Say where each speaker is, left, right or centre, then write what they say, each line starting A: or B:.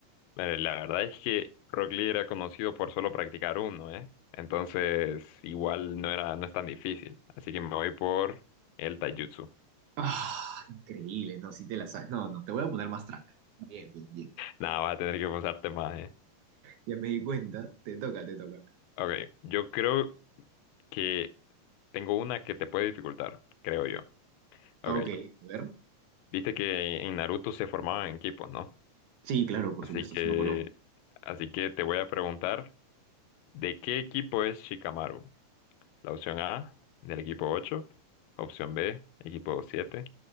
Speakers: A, on the left; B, on the right.
A: eh, la verdad es que Rock Lee era conocido por solo practicar uno, ¿eh? Entonces, igual no era, no es tan difícil. Así que me voy por el taijutsu.
B: Ah, increíble, no, si te la sabes. No, no, te voy a poner más tranca. Bien, bien, bien, bien.
A: Nada, vas a tener que forzarte más, ¿eh?
B: Ya me di cuenta, te toca, te toca.
A: Ok, yo creo que tengo una que te puede dificultar, creo yo. Ok,
B: Ok, a ver.
A: viste que en Naruto se formaban en equipos, ¿no?
B: Sí, claro, por
A: Así
B: supuesto,
A: que,
B: sí me acuerdo.
A: así que te voy a preguntar, ¿de qué equipo es Shikamaru? La opción A, del equipo ocho Opción B, equipo siete